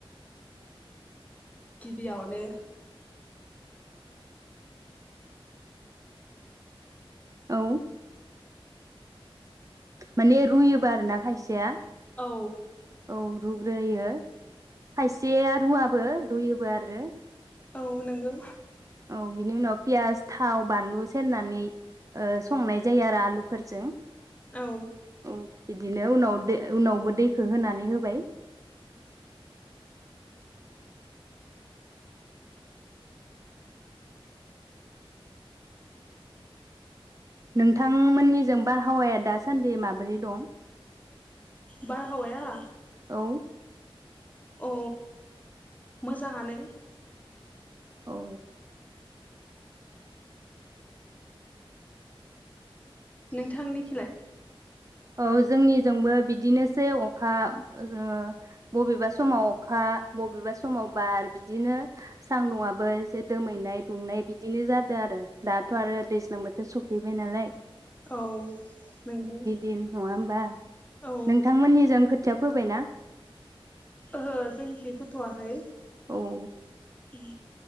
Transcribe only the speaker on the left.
गिबियावनो
औ
औ नंगौ
औ
बारहावाया?
अ मोजाङानो।
नोंथांनि खिलाय?
औ नंगौ।
औ
ओहो जोंनिखि फोथ'वाखै।
उम